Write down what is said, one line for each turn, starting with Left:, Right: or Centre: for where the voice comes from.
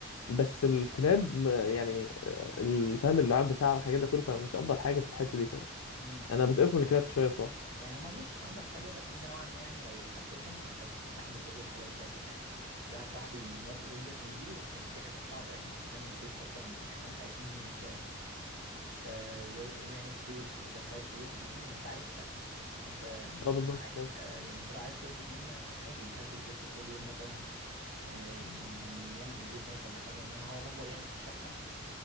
Left: بس الكلاب ما- يعني آه، الفهم اللعاب بتاعها والحاجات ده كله فمش افضل حاجه في الحته دي فاهم
Right: أمم،
Left: انا
Right: إن-
Left: بتقف من الكلاب شويه بصراحه
Right: يعني هما مش أنضف حاجة بس أنت نوعا ما يعني لو حبيتهم أنت بتستحمل كل الحاجات بتاعتهم يعني في واحد صاحبي مربي جولدن ودي يعني دي حاجات صعبة يعني انت فاهم البيت اصلا يعني احنا مش عايشين في فزي ما بيقولوا يعني في بيت انت مش عايش في بيت في بجنينه انت عايش في شقه فانت مش
Left: اه بالظبط
Right: معاك
Left: فاهم.
Right: آه، يعني انت لو عايش في بيت بجنينه عادي الكلب بيخرج كل يوم مثلا آه، ي- يعمل بيبي هناك ولا حاجه انما هو مجبر يعمل في الشقه